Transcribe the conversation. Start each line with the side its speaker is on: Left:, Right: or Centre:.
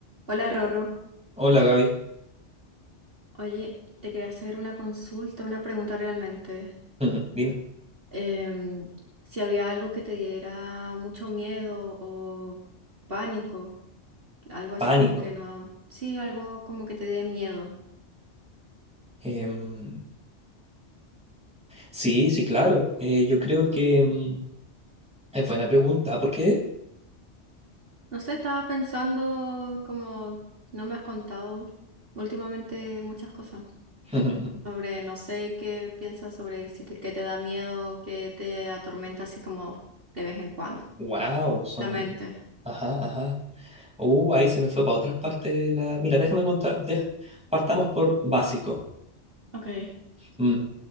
Right: Hola Rorro,
Centre: Hola Gaby,
Right: oye, te quería hacer una consulta, una pregunta realmente.
Centre: <laughs> dime,
Right: Em, si había algo que te diera mucho miedo o pánico, algo así
Centre: pánico.
Right: como que no, sí, algo como que te dé miedo.
Centre: Em, sí, sí, claro. Eh, yo creo que em, es buena pregunta. ¿Por qué?
Right: No sé, estaba pensando como no me has contado últimamente muchas cosas
Centre: <laughs>
Right: sobre, no sé qué piensas sobre si te, qué te da miedo, qué te atormenta así como de vez en cuando,
Centre: Wow, son.
Right: la mente.
Centre: Ajá, ajá. Uh, ahí se me fue para otras partes. de La... Mira, déjame contar. deja- Partamos por básico.
Right: Ok.
Centre: Mm,